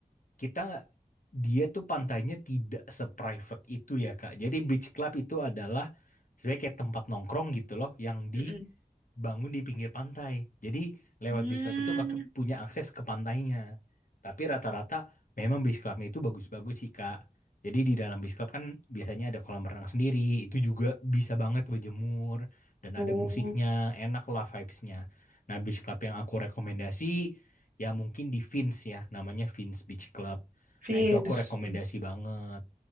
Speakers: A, on the left; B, on the right.
A: kita dia tuh pantainya tidak seprivate itu ya Kak. Jadi beach club itu adalah sebenarnya kayak tempat nongkrong gitu loh yang dibangun
B: Mm-mm.
A: di pinggir pantai. Jadi lewat
B: Hmm.
A: beach club itu Kakak punya akses ke pantainya. Tapi rata-rata memang beach clubnya itu bagus-bagus sih Kak. Jadi di dalam beach club kan biasanya ada kolam renang sendiri, itu juga bisa banget berjemur dan
B: Oh,
A: ada musiknya, enak lah vibes-nya. Nah, beach club yang aku rekomendasi ya mungkin di Vince ya namanya Vince Beach Club
B: Vince.
A: nah itu aku rekomendasi banget